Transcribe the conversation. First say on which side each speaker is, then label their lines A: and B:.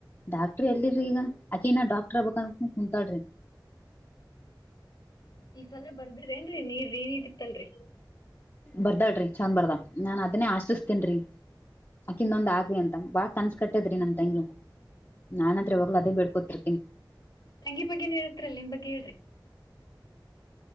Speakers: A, on the left; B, on the left.
A: ಡಾಕ್ಟ್ರ ಎಲ್ಲಿರಿ ಈಗ ಅಕೆಿನ ಡಾಕ್ಟರ್ ಆಗ್ಬಕ್ ಅನ್ಕೊಂಡ್ ಕುಂತಾಲ್ರಿ
B: ಈ ಸಲ ಬರ್ದಿ್ರ ಏನ್ೀ ನೀರ್ ರೀ ನೀ ಇತ್ತನ್ರರಿ
A: ಬರ್ದಾಡ್ರಿ ಚಂದ ಬರ್ದ ನಾನ್ ಅದನ್ನೇ ಆಶಿಸತೇನ್ರಿ ಅಕಿಿಂದೊಂದ್ ಆಗ್ವಿ ಅಂತ ಬಾಳ ಕನ್ಸ ಕಟ್ಟೇದ್ರಿ ನಮ್ ತಂಗಿ ನಾನ್ತ್ತ್ರ ಯಾವಾಗ್ಲೂ ಅದೇ ಬೇಡ್ಕೊತಿರ್ತೀನಿ
B: ತಂಗಿ ಬಗ್ಗೆಏ ಹೇಳತ್ರಲ್ ನಿಮ್ ಬಗ್ಗೆ ಹೇಳ್ರಿ